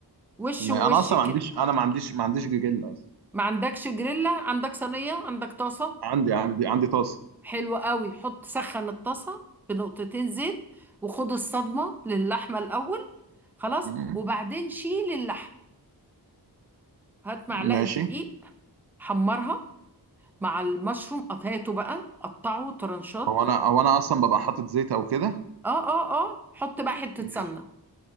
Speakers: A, in the centre; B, on the right (about 70°).
A: وش
B: ما-
A: ووش
B: انا اصلا
A: كده
B: ما عنديش انا ما عنديش ما عنديش جيجيلا اصلا
A: ما عندكش جريلا عندك صينية عندك طاسة
B: عندي عندي عندي طاسه
A: حلو قوي حط سخن الطاسة بنقطتين زيت وخد الصدمة للحمة الأول خلاص
B: مم.
A: وبعدين شيل اللحمة هات معلقة
B: ماشي
A: دقيق حمرها مع المشروم قطعته بقى قطعه طرنشات
B: هو انا هو انا اصلا ببقى حاطط زيت او كده
A: اه اه اه حط بقى حتة
B: ماشي
A: سمنة